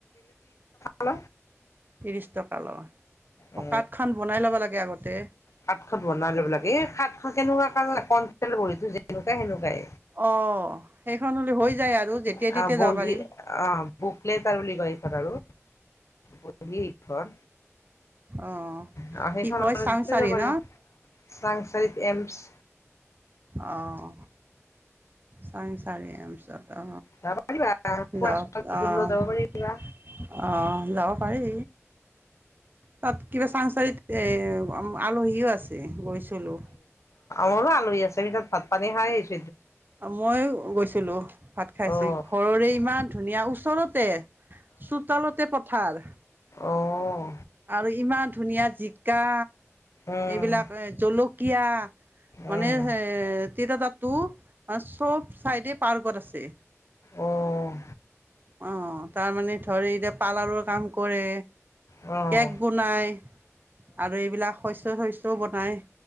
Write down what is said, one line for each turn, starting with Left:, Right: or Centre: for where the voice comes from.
Left: হ্ল
Right: ত্ৰিশ টকা লয় অঁ
Left: অ
Right: কাৰ্ডখন বনাই ল'ব লাগে আগতে
Left: কাত খন বনাই লব লাগে এ কাত খন কেনেকুৱা <unintelligible> বহীতো যেনেকুৱাই সেনেকুৱাই
Right: অঁ সেইখন হ'লে হৈ যায় আৰু
Left: <unintelligible>
Right: যেতিয়াই তেতিয়াই
Left: অ বহি
Right: যাব পাৰিম
Left: অ বোকলে তাৰ বুলি কয় এইখন আৰু বহি এইখন
Right: অ
Left: অ', সেইখন
Right: কি কয় চাং ছাৰি
Left: যাব পাৰি
Right: না
Left: চাংচাৰিত এমছ
Right: অ--হ চংসাৰি এইমছ ত।
Left: যাব পাৰিবা যাব
Right: অঁ য অঁ
Left: পাৰিবা
Right: অঁ যাব পাৰি তাত কিবা চাংচাৰিত এ আলহীও আছে গৈছিলো।
Left: মোৰো আলহী আছে ভিতত ভাত পান- <unintelligible>
Right: মই গৈছিলো ভাত খাইছ
Left: অ',
Right: ঘৰৰে ইমান ধুনীয়া ওচৰতে চোতালতে পত- থাৰ
Left: অ--হ
Right: আৰু ইমান ধুনীয়া জিকা
Left: উম,
Right: এইবিলাক এ জলুক। কিয়া মানে
Left: উম,
Right: এ তিত তাত। তো অ চব চাইডে পাৰ্গত আছে
Left: উম,
Right: অ তাৰমানে ধৰি এতিয়া পাৰ্লাৰৰ কাম কৰে
Left: অ', অ',
Right: কেক বনাই আৰু এইবিলাক শস্য শস্যও বনায়